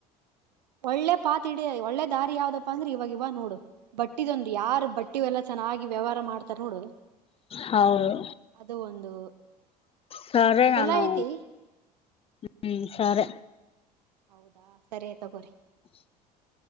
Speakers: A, on the right; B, on the left.
A: ಒಳ್ಳೆ ಪಾತ್ ಇಡೀ ಒಳ್ಳೆ ದಾರಿ ಯಾವ್ದ. ಅಂದ್ರೆ ಇವಾಗ ಇವ ನೋಡು, ಬಟ್ಟಿದೊಂದು ಯಾರು ಬಟ್ಟಿ ಎಲ್ಲ ಚೆನ್ನಾಗಿ ವ್ಯವಹಾರ ಮಾಡತಾರೆ ನೋಡು.
B: ಹೌದು
A: ಅದು ಒಂದು
B: ಸರಿ ನಾನು.
A: ಚಲೋ ಐತಿ
B: ಹ್ಮ್ ಸರಿ
A: ಹೌದಾ ಸರಿ ತಗೋರಿ.
B: <inaudible>